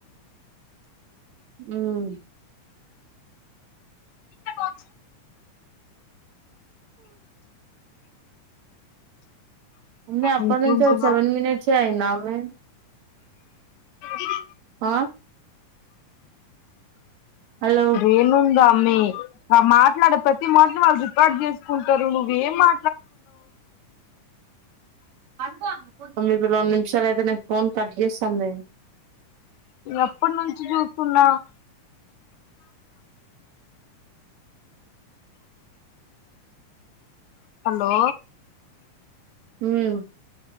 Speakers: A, on the right; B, on the left.
A: హామ్
B: ఇచ్చ బాక్స్
A: అ అప్పటి
B: ఇంకేంటి
A: నుంచి సెవెన్ మినిట్స్ ఎ అయ్యింద నే
B: ఇది
A: ఆ హలో
B: ఏం ఉందా మే మాట్లాడే ప్రతి మట్లు వాళ్ళు రికార్డ్ చేసుకుంటరు ఎం మా
A: అక్క ఒమ్మే ఇటు రా మ్మే ఛలో అయిపోయినాక ఫోన్ కట్ చేసి ఉంచు పన్నాయి
B: నువ్ ఎప్పటి నుంచి చూస్తున్నావ్ హలో
A: మ్మ్